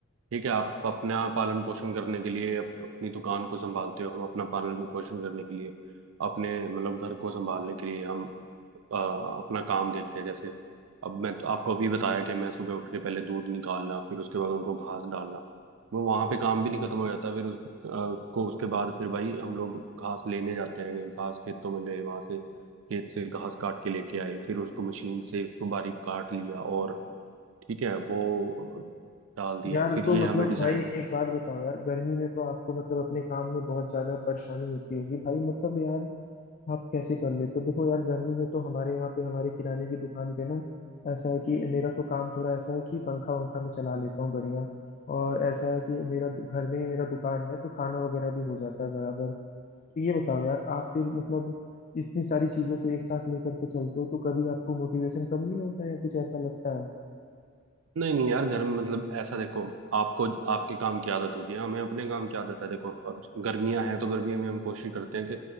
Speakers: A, on the right; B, on the left.
A: ठीक है आप अपना पालन पोषण करने के लिए अप- अपनी दुकान को संभालते हो हम अपना पालन पोषण करने के लिए अपने मतलब घर को संभालने के लिए हम अ, अपना काम देखते हैं जैसे अब मैं तो आपको अभी बताया कि मैं सुबह उठ के पहले दूध निकालना फिर उसके बाद उनको घास डालना वो वहां पे काम भी नहीं खत्म हो जाता फिर उस अ, को उसके बाद फिर भाई हम लोग घास लेने जाते हैं घास खेतों में गए वहां से खेत से घास काट के लेके आए फिर उसको मशीन से उसको बारीक काट लिया और ठीक है वो डाल दिया
B: यार
A: फिर
B: तो
A: ये
B: मतलब
A: हमें डिसाइड
B: भाई एक बात बताओ यार गर्मी में तो आपको मतलब अपने काम में बहुत ज्यादा परेशानी होती होगी भाई मतलब यार आप कैसे कर लेते हो देखो यार गर्मी में तो हमारे यहाँ पे हमारे किराने की दुकान पे ना ऐसा है कि मेरा तो काम थोड़ा ऐसा है कि पंखा वंखा में चला लेता हूँ बढ़िया और ऐसा है कि मेरा दु- घर में ही मेरा दुकान है तो खाना वगैरह भी हो जाता है बराबर तो ये बताओ यार आप फिर मतलब इतनी सारी चीजों को एक साथ लेकर के चलते हो तो कभी आपको मोटिवेशन कम नहीं होता या कुछ ऐसा लगता है
A: नहीं नहीं यार घर में मतलब ऐसा देखो आपको आपके काम की आदत होगी हमें अपने काम की आदत है देखो अब गर्मियां हैं तो गर्मियों में हम कोशिश करते हैं कि